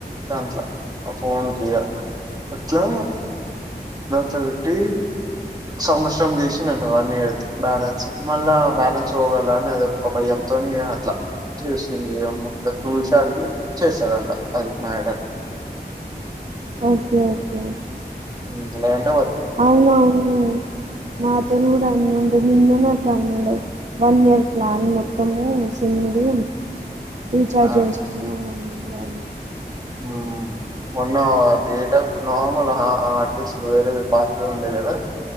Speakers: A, on the right (about 25°); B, on the right (about 45°).
A: దాంట్ల ఆ ఫోన్ కి ఇగ అట్లా దాంట్లో పెట్టి సంవత్సరం తీసిన్డంట వన్ ఇయర్ది బ్యాలెన్స్ మళ్ళా బ్యాలెన్స్ పోగల అని అది ఒక భయంతోని అట్లా చేసింది ఏ చూసి అడిగి చేశాడంట అది మా ఏడ
B: ఓకే ఓకే
A: హ్మ్ మా డాడికి
B: అవును అవును నాతోను కూడా అన్ని ఉండే మిన్నన అట్టన్నా వన్ ఇయర్ ప్లాన్ మొత్తము సేమ్మిది రీచార్జ్
A: ఆ
B: చేసుకు అని అన్నా ఉండాలి
A: హ్మ్ మొన్న data normal hour hard disk వేరేది పాతది ఉండే కదా